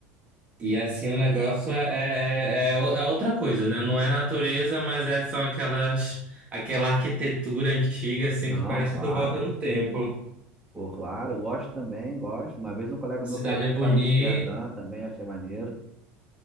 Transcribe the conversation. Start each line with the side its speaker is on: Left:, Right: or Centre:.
Right: E assim, o negócio é, é, é é o- é outra coisa, né? Não é natureza, mas é, são aquelas, aquela arquitetura antiga, assim,
Centre: não,
Right: que parece
Centre: claro.
Right: que tu volta no tempo.
Centre: Pô, claro, eu gosto também, gosto. Uma vez um colega meu
Right: Cidade
Centre: falou que foi
Right: é bonita.
Centre: pra Amsterdã também, achei maneiro.